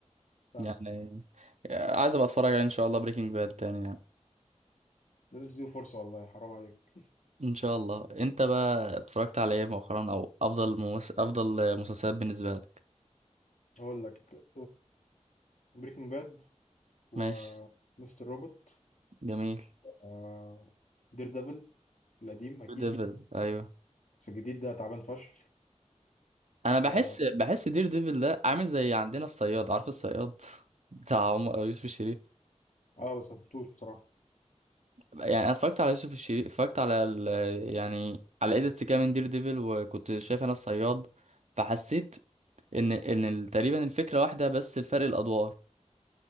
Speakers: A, on the left; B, on the right.
A: فاهم
B: يعني عايز ابقى اتفرج عليه ان شاء الله بريكنج باد تاني يعني
A: لازم تديله فرصة والله حرام عليك
B: ان شاء الله انت بقى اتفرجت على ايه مؤخرا او افضل ممس... افضل مسلسلات بالنسبه لك
A: هقول لك بريكنج باد ومستر
B: ماشي
A: روبوت
B: جميل
A: آه دير ديفل القديم أكيد
B: دير ديفل ايوه
A: بس الجديد ده تعبان فشخ
B: انا بحس
A: و
B: بحس دير ديفل ده عامل زي عندنا الصياد عارف الصياد <laughs> بتاع عمر يوسف الشريف
A: اه بس مفتوش بصراحة
B: يعني انا اتفرجت على يوسف الشريف اتفرجت على ال... يعني على ايديتس كده من دير ديفل وكنت شايف انا الصياد فحسيت ان ان ال- تقريبا الفكره واحده بس الفرق الادوار